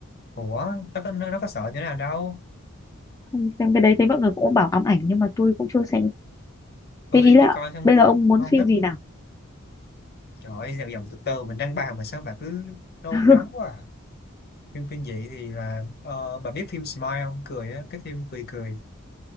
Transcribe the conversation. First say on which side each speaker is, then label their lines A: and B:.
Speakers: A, on the left; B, on the left.
A: ủa nó có nó, nó có sợ như nào đâu
B: không xem cái đấy thấy mọi người cũng bảo ám ảnh nhưng mà tôi cũng chưa xem
A: tôi
B: thế ý là
A: tôi coi xong
B: bây giờ ông muốn
A: không
B: phim
A: thích
B: gì nào
A: trời ơi dòng từ từ mình đang bàn mà sao bà cứ nôn
B: <laughs>
A: nóng quá à. phim kinh dị thì là ờ, bà biết phim Smile không cười á cái phim cười cười